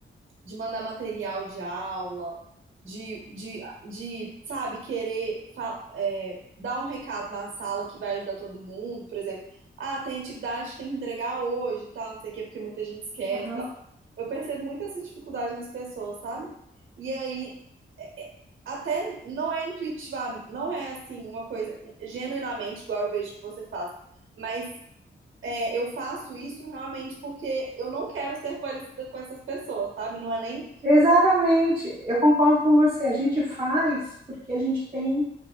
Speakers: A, on the right; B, on the right.
A: de mandar material de aula, de, de, de sabe, querer fa- é, dar um recado na sala que vai ajudar todo mundo, por exemplo. Ah, tem atividade que tem que entregar hoje, tal, não sei o quê, porque muita gente esquece,
B: Aham.
A: tal. Eu percebo muito essa dificuldade nas pessoas, sabe? E aí, é- é- até não é intuitiva, não é assim uma coisa genuinamente igual eu vejo que você faz, mas é, eu faço isso realmente porque eu não quero ser parecida com essas pessoas, sabe? Não é nem
B: Exatamente. Eu concordo com você. A gente faz porque a gente tem.